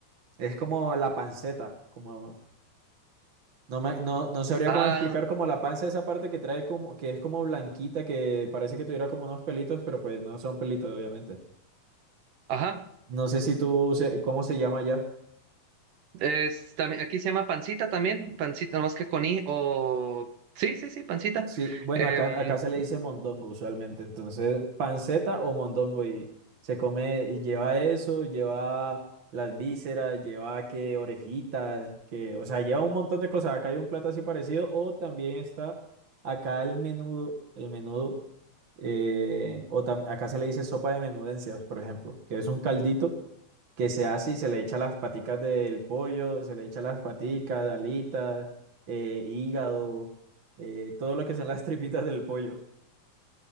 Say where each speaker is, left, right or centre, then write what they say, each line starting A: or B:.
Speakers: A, on the right (about 45°); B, on the right (about 70°).
A: es como la panceta, como no me, no, no sabría
B: Ah,
A: cómo explicar como la panza, esa parte que trae como, que es como blanquita, que parece que tuviera como unos pelitos, pero pues no son pelitos, obviamente.
B: ajá.
A: No sé si tú, se- ¿cómo se llama allá?
B: Es, también, aquí se llama pancita también, pancita, más que con i o... Sí, sí, sí, pancita.
A: Sí, bueno,
B: Em,
A: acá, acá se le dice mondongo usualmente, entonces panceta o mondongo y se come, y lleva eso, lleva las vísceras, lleva que orejitas, que, o sea, lleva un montón de cosas. Acá hay un plato así parecido o también está acá el menudo, el menudo, eh, o tam- acá se le dice sopa de menudencias, por ejemplo, que es un caldito que se hace y se le echa las paticas del pollo, se le echa las paticas, alitas, eh, hígado, eh, todo lo que son las tripitas del pollo.